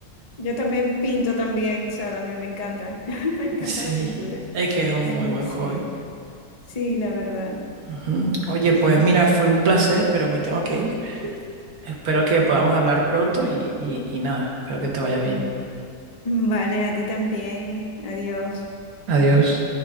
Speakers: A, on the left; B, on the right.
A: Yo también pinto también, o sea, también me encanta. <laughs> Me encanta
B: <laughs> Sí,
A: la pintura.
B: es que es un
A: Sí,
B: muy buen
A: sí,
B: hobby.
A: sí, la verdad.
B: Ujú. Oye, pues
A: Es-
B: mira, fue un placer, pero me tengo que ir. Espero que podamos hablar pronto y, y, y nada, espero que te vaya bien.
A: Vale, a ti también. Adiós.
B: Adiós.